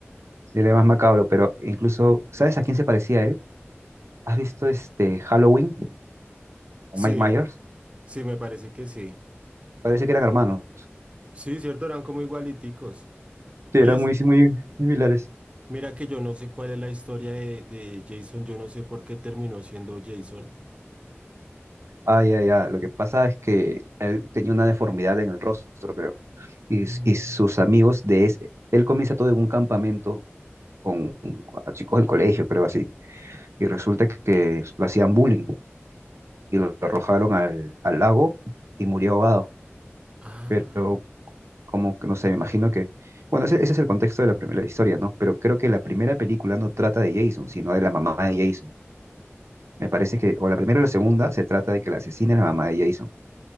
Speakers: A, on the right; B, on the right.
A: Sí, era más macabro, pero incluso, ¿sabes a quién se parecía él? ¿Has visto este Halloween o
B: Sí,
A: Mike Myers?
B: sí, me parece que sí.
A: Parece que eran hermanos.
B: Sí, cierto, eran como igualiticos.
A: Sí,
B: Oye,
A: eran
B: s-
A: muy, muy, muy similares.
B: mira que yo no sé cuál es la historia de, de Jason, yo no sé por qué terminó siendo Jason.
A: Ah, ya, ya. Lo que pasa es que él tenía una deformidad en el rostro, creo. Y,
B: Mm.
A: s- y sus amigos de ese. Él comienza todo en un campamento con, con chicos del colegio, creo así. Y resulta que lo hacían bullying y lo arrojaron al, al lago y murió ahogado.
B: Ah.
A: Pero como, que, no sé, me imagino que, bueno, ese, ese es el contexto de la primera historia, ¿no? Pero creo que la primera película no trata de Jason, sino de la mamá de Jason. Me parece que, o la primera o la segunda, se trata de que la asesina es la mamá de Jason.